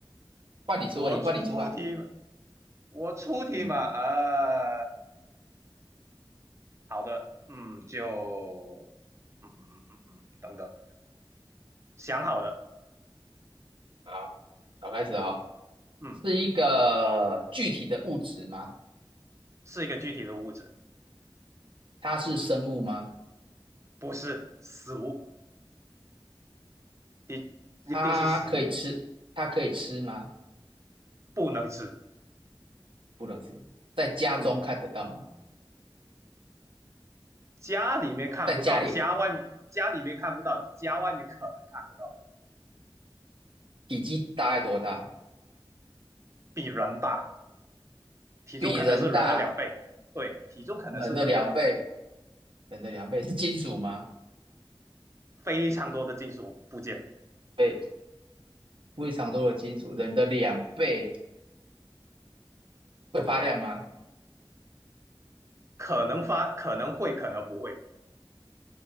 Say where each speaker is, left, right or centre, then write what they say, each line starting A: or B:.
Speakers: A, on the right; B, on the right.
A: 换你出问题，
B: 我出题，
A: 换你出啊，
B: 我出题嘛，
A: 嗯。
B: 呃，好的，嗯，就，嗯嗯嗯嗯嗯，嗯等等，想好了，
A: 好，好，开始哦。
B: 嗯，
A: 是一个具体的物质吗？
B: 是一个具体的物质，
A: 它是生物吗？
B: 不是食物，一一定是食物，
A: 它可以吃，它可以吃吗？
B: 不能吃，
A: 不能吃。在家中看得到吗？
B: 嗯，家里面看不到，
A: 在家里
B: 家外面家里面看不到，家外面可能看得到，
A: 体积大概多大？
B: 比人大，体重可能是人的两倍，
A: 比人大，
B: 对，体重可能是人的两倍，
A: 人的两倍，人的两倍是金属吗？
B: 非常多的金属部件，
A: 对，非常多的金属，人的两倍会发亮吗？
B: 可能发，可能会，可能不会。